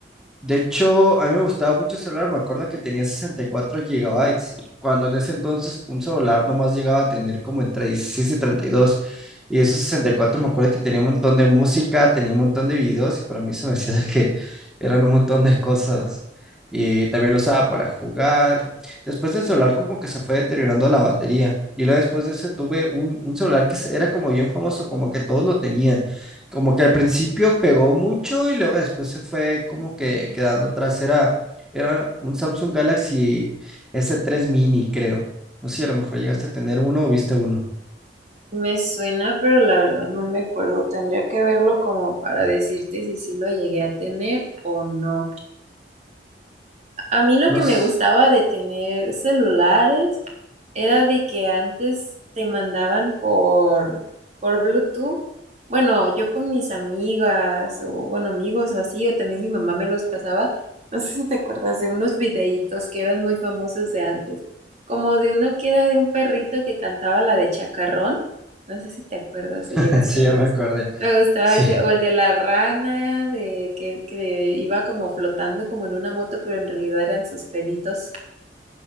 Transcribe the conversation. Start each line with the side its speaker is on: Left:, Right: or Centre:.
Centre: De hecho, a mí me gustaba mucho el celular, me acuerdo que tenía 64 gigabytes, cuando en ese entonces un celular nomás llegaba a tener como entre 16 y 32, y dos, y esos 64 me acuerdo que tenía un montón de música, tenía un montón de videos, y para mí se me hacía de que eran un montón de cosas, y también lo usaba para jugar. Después el celular como que se fue deteriorando la batería, y luego después de ese tuve un, un celular que se- era como bien famoso, como que todos lo tenían como que al principio pegó mucho y luego después se fue como que quedando atrás. Era, era un Samsung Galaxy s tres Mini, creo. No sé si a lo mejor llegaste a tener uno o viste uno.
Right: Me suena, pero la verdad no me acuerdo. Tendría que verlo como para decirte si sí lo llegué a tener o no. A mí lo que
Centre: No
Right: me
Centre: sé.
Right: gustaba de tener celulares era de que antes te mandaban por, por Bluetooth. Bueno, yo con mis amigas o, bueno, amigos o así, o también mi mamá me los pasaba. No sé si te acuerdas de unos videitos que eran muy famosos de antes, como de uno que era de un perrito que cantaba la de Chacarrón. No sé si te acuerdas
Centre: <laughs>
Right: o llegaste
Centre: Sí,
Right: a ver
Centre: ya me acordé.
Right: me gustaba
Centre: Sí.
Right: ese, o el de la rana, de que, que iba como flotando como en una moto, pero en realidad eran sus peditos.